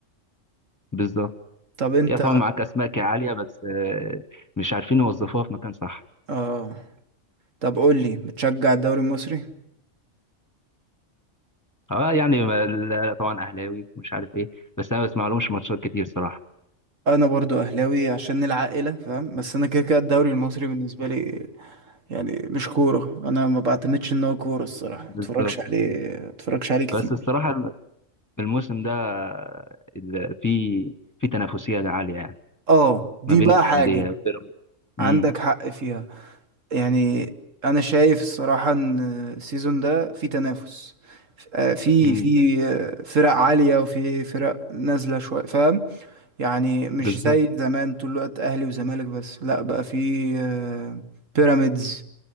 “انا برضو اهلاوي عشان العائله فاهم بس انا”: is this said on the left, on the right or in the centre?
Right